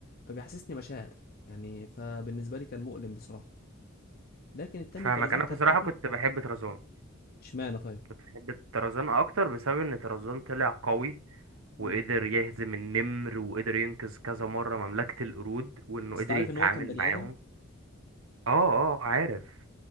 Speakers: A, on the left (about 50°); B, on the right (about 80°).
A: فبيحسسني مشاعر يعني فبالنسبة لي كان مؤلم بصراحة لكن التاني
B: فاهمك
A: طرزان
B: انا
A: كان
B: بصراحة
A: خفيف
B: كنت بحب طرزان
A: اشمعنى طيب
B: كنت بحب طرزان اكتر بسبب ان طرزان طلع قوي وقدر
A: مم.
B: يهزم النمر وقدر ينقذ كذا مرة مملكة القرود وانه
A: بس
B: قدر
A: انت عارف
B: يتعامل
A: ان هو كان بني
B: معاهم
A: ادم
B: اه اه عارف